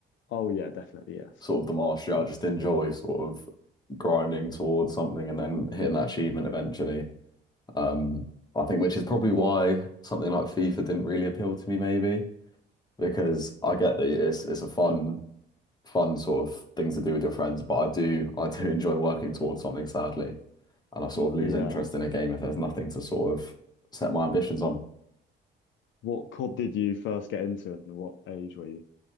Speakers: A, on the left; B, on the left.
A: oh yeah, definitely yes.
B: sort of the martial I just enjoy sort of grinding towards something and then hitting that achievement eventually. Um, I think which is probably why something like FIFA didn't really appeal to me, maybe because I get that it's it's a fun fun sort of thing to do with your friends, but I do <laughs> I do enjoy working towards something, sadly, and I sort of lose
A: Yeah.
B: interest in a game if there's nothing to sort of set my ambitions on.
A: What COD did you first get into, and what age were you?